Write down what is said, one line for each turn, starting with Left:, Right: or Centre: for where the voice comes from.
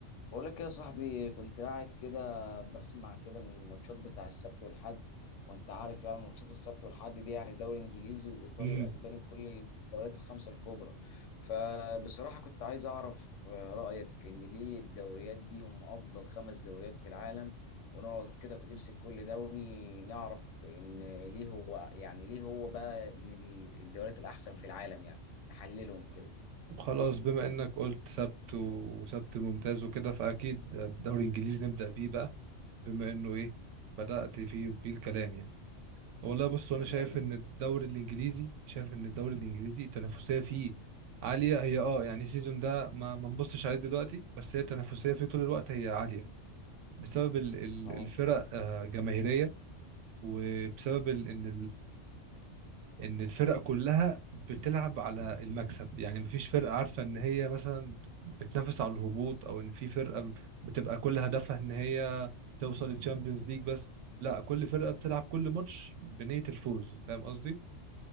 Left: بقول لك إيه يا صاحبي كنت قاعد كده بسمع كده الماتشات بتاع السبت والحد وانت عارف يعني ماتشات السبت والحد دي يعني دوري انجليزي وايطالي
Right: امم
Left: واسباني وكل الدوريات الخمسه الكبرى فبصراحه كنت عايز اعرف آه، رايك ان ليه الدوريات دي هم افضل خمس دوريات في العالم ونقعد كده نمسك كل دوري نعرف ان ليه هو يعني ليه هو بقى من الدوريات الاحسن في العالم يعني نحللهم كده
Right: خلاص بما انك قلت سبت وسبت ممتاز وكده فاكيد الدوري الانجليزي نبدا بيه بقى بما انه ايه بدات فيه بيه الكلام يعني والله بص انا
Left: تمام
Right: شايف ان الدوري الانجليزي شايف ان الدوري الانجليزي التنافسيه فيه عاليه هي اه يعني السيزون ده ما ما نبصش عليه دلوقتي بس هي التنافسيه فيه طول الوقت هي عاليه بسبب ال- ال-
Left: اه
Right: الفرق آه، جماهيريه وبسبب ال- ان ان الفرق كلها بتلعب على المكسب يعني مفيش فرقة عارفة ان هي مثلا بتنافس على الهبوط او ان في فرقة بتبقى كل هدفها ان هي توصل للتشامبيونز ليج بس لا كل فرقة بتلعب كل ماتش بنية الفوز فاهم قصدي